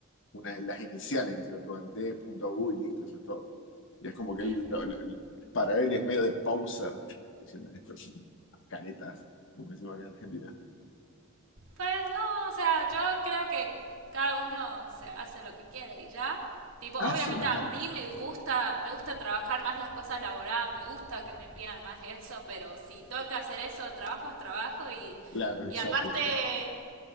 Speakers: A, on the left (about 65°); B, on the right (about 75°).
A: una de las iniciales que se tatúan, D.U y listo, eso es todo. Y es como que
B: claro.
A: él, lo- lo- para él es medio de poser, diciendo estos son caretas, como decimos acá en Argentina.
B: Pues no, o sea, yo creo que cada uno se hace lo que quiere y ya. Tipo,
A: Ah,
B: obviamente
A: sí, más
B: a
A: vale.
B: mí me gusta, me gusta trabajar más las cosas elaboradas me gusta que me pidan más eso, pero si toca hacer eso, trabajo es trabajo y,
A: Claro,
B: y
A: exacto,
B: aparte
A: exacto.